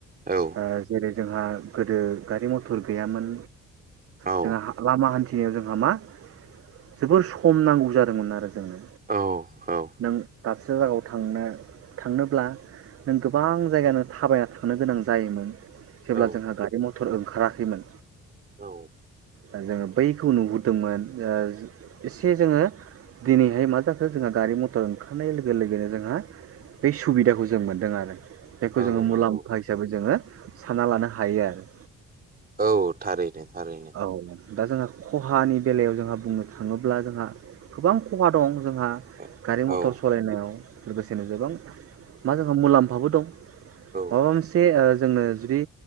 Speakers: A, on the right; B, on the right.
A: औ
B: ओ जेरै जोंहा गोदो गारि मथर गैयामोन
A: औ
B: जों हां लामा हान्थि थियाव जोंहा मा जोबोर सम नांगौ जादोंमोन आरो। जोंनो
A: औ औ
B: नों दाबसे जायगायाव थांनो थांनोब्ला नों गोबां जायगानो थाबायना थांनो गोनां जायोमोन। जेब्ला
A: औ
B: जोंहा गारि मट थर ओंखाराखैमोन।
A: औ
B: ओ जोङो बैखौ नुहुरदोंमोन। ओ एसे जोङो दिनैहाय मा जाखो जोंहा गारि मथर ओंखारनाय लोगो लोगोनो जोंहा बै सुबिदाखौ जों मोन दों आरो। बेखौ
A: औ
B: जोङो
A: नंगौ
B: मुलाम्फा हिसाबै जोङो सानना लानो हायो आरो।
A: औ थारैनो थारैनो।
B: औ दा जोंहा खहानि बेलायाव जोंहा बुंनो थाङोब्ला जोंहा गोबां खहा दं जोंहा
A: औ
B: गारि
A: औ
B: मटर सलायनायाव लोगोसेनो गोबां मा जों ओ मुलाम्फाबो दं।
A: औ
B: माबा मोनसे ओ जोंनो जुदि